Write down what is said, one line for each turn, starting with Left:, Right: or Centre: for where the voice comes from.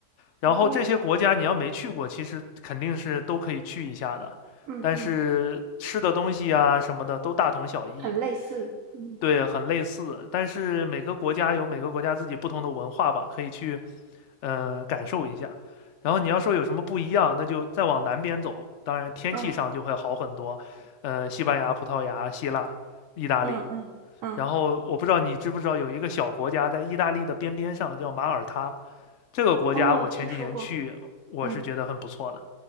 Left: 然后这些国家你要没去过，
Right: 哦，
Left: 其实肯定是都可以去一下的，
Right: 嗯嗯，
Left: 但是吃的东西啊什么的都大同小异。
Right: 很类似，嗯
Left: 对，很类似，但是每个国家有每个国家自己不同的文化吧，可以去，呃，感受一下。然后你要说有什么不一样，那就再往南边走，当然天气上就会好很多。
Right: 嗯。
Left: 呃，西班牙、葡萄牙、希腊、意大利。
Right: 嗯嗯嗯，
Left: 然后我不知道你知不知道，有一个小国家在意大利的边边上叫马耳他，这个国家我前几年去，
Right: 哦，听说过，
Left: 我是觉得很不错的。
Right: 嗯，